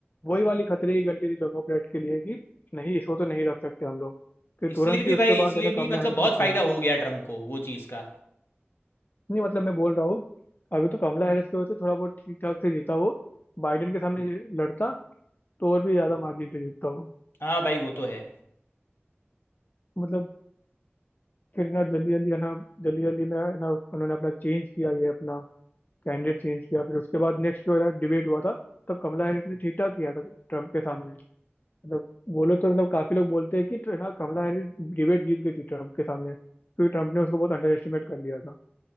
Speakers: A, on the left; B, on the left.
A: वही वाली खतरे की घंटी थी डेमोक्रेट के लिए कि नहीं इसको तो नहीं रख सकते हम लोग फिर
B: इसलिए
A: तुरंत ही
B: भी
A: उसके
B: भाई इसलिए
A: बाद है ना कमला
B: भी मतलब
A: हैरिस
B: बहुत
A: को किया
B: फायदा हो गया ट्रम्प को वो चीज़ का
A: नहीं मतलब मैं बोल रहा हूँ अभी तो कमला हैरिस की वजह से थोड़ा बहुत ठीक ठाक से जीता वो बाइडेन के सामने ये लड़ता तो और भी ज्यादा मार्जिन से जीतता वो
B: हाँ भाई वो तो है
A: मतलब फिर ना जल्दी जल्दी है ना जल्दी जल्दी में है ना उन्होंने अपना चेंज किया ये अपना कैंडिडेट चेंज किया फिर उसके बाद नेक्स्ट जो यार डिबेट हुआ था तब कमला हैरिस ने ठीक ठाक किया था ट्रम्प के सामने मतलब बोलो तो मतलब काफी लोग बोलते हैं कि ट्र- ना कमला हैरिस डिबेट जीत गई थी ट्रम्प के सामने क्योंकि ट्रम्प ने उसको बहुत अंडर एस्टिमेट कर लिया था